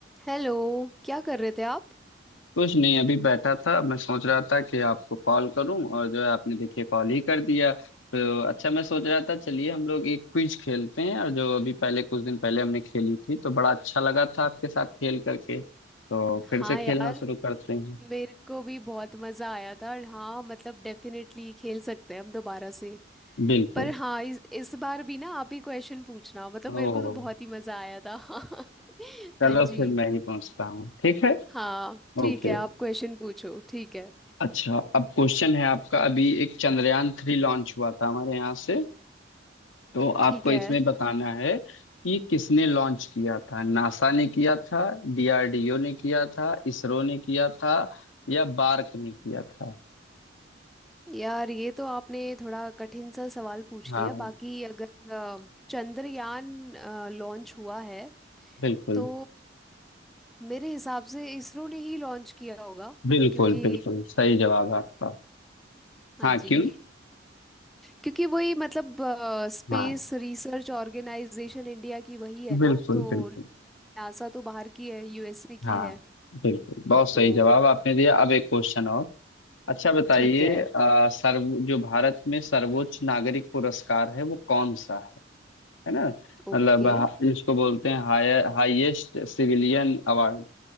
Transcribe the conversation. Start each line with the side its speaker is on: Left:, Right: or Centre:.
Centre: हेलो क्या कर रहे थे आप
Left: कुछ नहीं अभी बैठा था मैं सोच रहा था कि आपको कॉल करूं और जो है आपने देखिए कॉल ही कर दिया तो अच्छा मैं सोच रहा था चलिए हम लोग एक क्विज खेलते हैं और जो अभी पहले कुछ दिन पहले हमने खेली थी तो बड़ा अच्छा लगा था आपके साथ खेल करके तो
Centre: हाँ
Left: फिर से खेलना
Centre: यार
Left: शुरू करते हैं
Centre: मेरे को भी बहुत मज़ा आया था और हाँ मतलब डेफिनेटली खेल सकते हैं हम दोबारा से
Left: बिल्कुल
Centre: पर हाँ इस इस बार भी ना आप ही क्वेश्चन पूछना मतलब
Left: ओह
Centre: मेरे को तो बहुत ही मज़ा आया था <laughs>
Left: चलो
Centre: हाँ जी
Left: फिर मैं ही पहुंचता हूँ ठीक है
Centre: हाँ ठीक
Left: ओके
Centre: है आप क्वेश्चन पूछो ठीक है
Left: अच्छा अब क्वेश्चन है आपका अभी एक चंद्रयान थ्री लॉन्च हुआ था हमारे यहाँ से तो
Centre: ठीक
Left: आपको
Centre: है
Left: इसमें बताना है कि किसने लॉन्च किया था नासा ने किया था डीआरडीओ ने किया था इसरो ने किया था या बार्क ने किया था
Centre: यार ये तो आपने थोड़ा कठिन सा सवाल पूछ
Left: हाँ
Centre: लिया बाकी अगर अ, चंद्रयान लॉन्च हुआ है
Left: बिल्कुल
Centre: तो मेरे हिसाब से इसरो ने ही लॉन्च किया होगा
Left: बिल्कुल
Centre: क्योंकि
Left: बिल्कुल सही जवाब है आपका
Centre: हाँ
Left: हाँ
Centre: जी
Left: क्यों
Centre: क्योंकि वही मतलब स्पेस
Left: हाँ
Centre: रिसर्च ऑर्गेनाइजेशन इंडिया की वही है ना
Left: बिल्कुल
Centre: तो
Left: बिल्कुल
Centre: नासा तो बाहर की है यूएसए की
Left: हाँ
Centre: है
Left: बिल्कुल बहुत सही
Centre: तो
Left: जवाब आपने दिया अब एक क्वेश्चन और अच्छा बताइए
Centre: ठीक है
Left: अ, सर्व जो भारत में सर्वोच्च नागरिक पुरस्कार है वो कौन सा है ना
Centre: ओके
Left: मतलब हा- इसको बोलते हैं higher highest civilian award